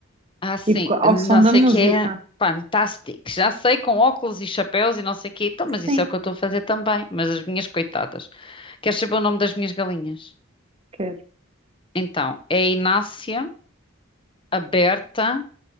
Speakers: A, on the left; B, on the right.
A: Ah, sim,
B: tipo co- ao
A: não
B: som da
A: sei
B: música.
A: o que é fantástico. Já sei, com óculos e chapéus e não sei o quê. Então, mas isso
B: Sim,
A: é o que eu estou a fazer também. Mas as minhas coitadas. Queres saber o nome das minhas galinhas?
B: quero.
A: Então, é a Inácia, a Berta,